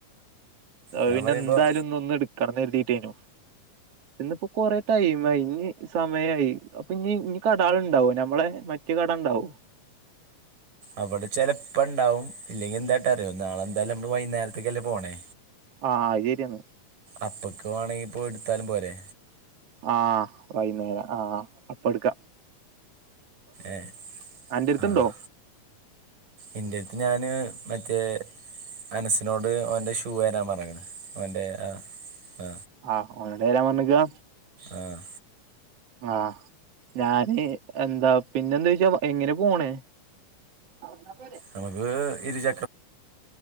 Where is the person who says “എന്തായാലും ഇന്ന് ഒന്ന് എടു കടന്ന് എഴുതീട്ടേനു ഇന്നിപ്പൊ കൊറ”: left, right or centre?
Right